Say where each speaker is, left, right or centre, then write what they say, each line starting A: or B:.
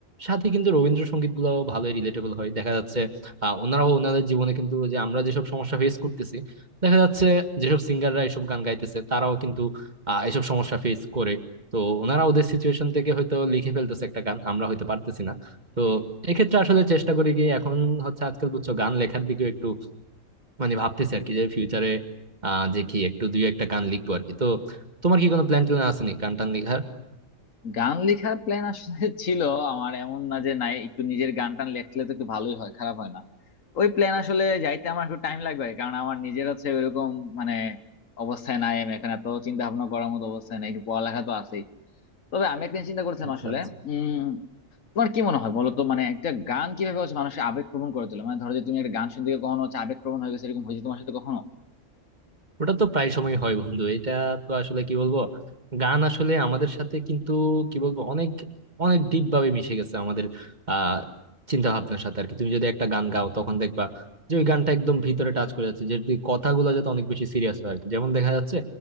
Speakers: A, on the right; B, on the left.
A: সাথে কিন্তু রবীন্দ্রসঙ্গীত গুলাও ভালোই রিলেটেবল হয় দেখা যাচ্ছে আহ, ওনারাও ওনাদের জীবনে কিন্তু যে আমরা যেসব সমস্যা ফেস করতেছি দেখা যাচ্ছে যেসব সিঙ্গাররা এসব গান গাইতেছে তারাও কিন্তু আহ, এসব সমস্যা ফেস করে তো ওনারা ওদের সিচুয়েশন থেকে হয়তো লিখে ফেলতেছে একটা গান আমরা হয়তো পারতেছি না তো এক্ষেত্রে আসলে চেষ্টা করি কি এখন হচ্ছে আজকাল বুঝছো গান লেখার দিকে একটু মানে ভাবতেছি আর কি যে ফিউচারে আহ যে কি একটু দুই একটা গান লিখবো আর কি তো তোমার কি কোনো প্ল্যান ট্যান আছে নি গান টান লেখার
B: গান লেখার প্ল্যান আসলে <laughs> ছিল আমার এমন না যে নাই একটু নিজের গান টান লেখলে তো একটু ভালোই হয় খারাপ হয় না ওই প্ল্যান আসলে যাইতে আমার একটু টাইম লাগবে কারণ আমার নিজের হচ্ছে ওইরকম মানে অবস্থায় নাই আমি এখন এত চিন্তা ভাবনা করার মতো অবস্থায় নাই একটু পড়ালেখা তো আছেই তবে আমি একটা জিনিস চিন্তা করছিলাম
A: আচ্ছা
B: আসলে
A: আচ্ছা
B: উম তোমার কি মনে হয় বলো তো মানে একটা গান কিভাবে হচ্ছে মানুষের আবেগ প্রবণ করে তোলে মানে ধরো যে তুমি একটা গান শুনতে গিয়ে কখনো হচ্ছে আবেগ প্রবণ হয়ে গেছে এরকম হয়েছে তোমার সাথে কখনো
A: ওটা তো প্রায় সময় হয় বন্ধু এটা তো আসলে কি বলবো গান আসলে আমাদের সাথে কিন্তু কি বলবো অনেক অনেক ডিপ ভাবে মিশে গেছে আমাদের আহ চিন্তা ভাবনার সাথে আর কি তুমি যদি একটা গান গাও তখন দেখবা যে ওই গানটা একদম ভিতরে টাচ করে যাচ্ছে যদি কথাগুলো যাতে অনেক বেশি সিরিয়াস হয় আর কি যেমন দেখা যাচ্ছে